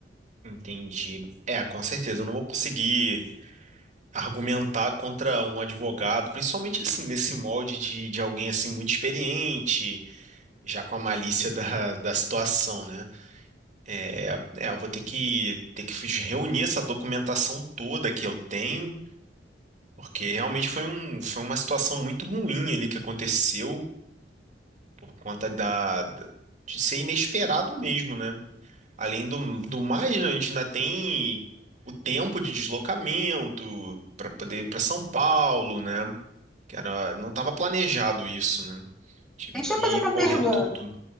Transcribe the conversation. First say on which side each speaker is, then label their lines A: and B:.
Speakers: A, on the right; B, in the centre.
A: Entendi. É, com certeza, eu não vou conseguir argumentar contra um advogado, principalmente assim, nesse molde de, de alguém assim muito experiente, já com a malícia da, da situação, né? É, é, eu vou ter que ter que reunir essa documentação toda que eu tenho, porque realmente foi um, foi uma situação muito ruim ali que aconteceu por conta da, da- de ser inesperado mesmo, né? Além do, do mais, né, a gente ainda tem o tempo de deslocamento para poder ir para São Paulo, né? Que era, não estava planejado isso, né? Tive
B: Deixa
A: que
B: eu fazer uma
A: correr
B: pergunta.
A: tudo.